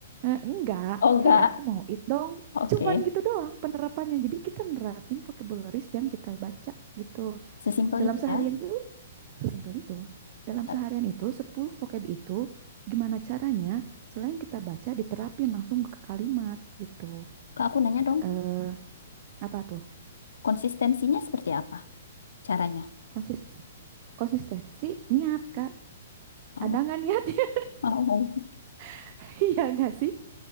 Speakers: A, on the right; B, on the left.
A: Eh, enggak
B: Oh enggak.
A: hey aku mau it dong
B: Oke.
A: cuman gitu doang penerapannya jadi kita nerapin vocabularies yang kita baca gitu
B: Sesimpel
A: dalam
B: itu
A: seharian
B: ya.
A: itu sesimpel itu dalam
B: Eh,
A: seharian itu 10 vocab itu gimana caranya selain kita baca diterapin langsung ke kalimat gitu
B: Kak, aku nanya dong,
A: eh apa tuh
B: konsistensinya seperti apa caranya?
A: konsis Konsistensi, niat, Kak.
B: Oh,
A: Ada nggak niatnya?
B: oh.
A: <laughs> Iya nggak sih?